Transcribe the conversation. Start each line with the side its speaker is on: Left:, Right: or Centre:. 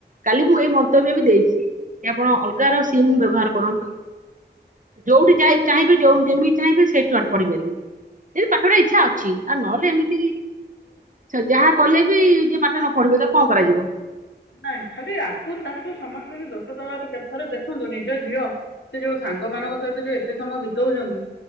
Right: କାଲି ମୁଁ ଏଇ ମନ୍ତବ୍ୟ ବି ଦେଇଚି। କି ଆପଣ ଅଲଗା ର ସିମ୍ ବ୍ୟବହାର କରନ୍ତୁ। ଯୋଉଠି ଯାଇ ଚାହିଁବେ ଯୋଉଁ ଯେମିତି ଚାହିଁବେ ସେଠୁ ଆ ପଢି ପାରିବେ। ଯଦି ପାଠ ପଡିବାର ଇଛା ଆଉ ନହେଲେ ଓ ଏମିତି ଯାହା କଲେ ବି ଯିଏ ପାଠ ନ ପଢିବ ତାକୁ କଣ କରାଯିବ।
Left: ନାଉଁ ଖାଲି ଆକୁ ତାକୁ ସମସ୍ତଙ୍କି ଦୋଷ ଦେବା ଅପେକ୍ଷା ଥରେ ଦେଖନ୍ତୁ। ନିଜ ଝିଅ ସେ ଯୋଉ ସାଙ୍ଗ ମାନଙ୍କ ସହିତ ଯୋଉ ଏତେ ସମୟ ବିତଉଚନ୍ତି।